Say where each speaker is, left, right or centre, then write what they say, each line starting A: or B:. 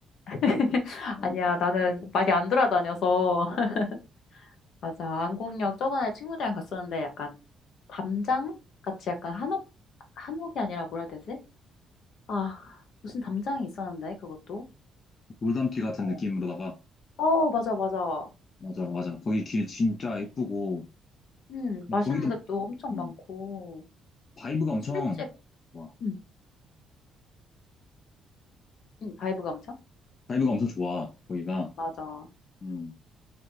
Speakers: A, on the left (about 60°); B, on the left (about 35°).
A: <laughs>
B: 어,
A: 아니야, 나는 많이 안 돌아다녀서. <laughs>
B: 어.
A: 맞아, 안국역 저번에 친구들이랑 갔었는데 약간 담장 같이 약간 한옥, 한옥이 아니라 뭐라 해야 되지? 아, 무슨 담장이 있었는데, 그것도?
B: 돌담길 같은
A: 어,
B: 느낌으로다가
A: 어, 맞아, 맞아.
B: 맞아 맞아 거기 길 진짜 이쁘고
A: 음, 맛있는
B: 거기도
A: 데도 엄청
B: 음,
A: 많고,
B: 바이브가 엄청
A: 술집,
B: 좋아.
A: 음, 음, 바이브가 엄청?
B: 바이브가 엄청 좋아 거기가.
A: 맞아,
B: 음,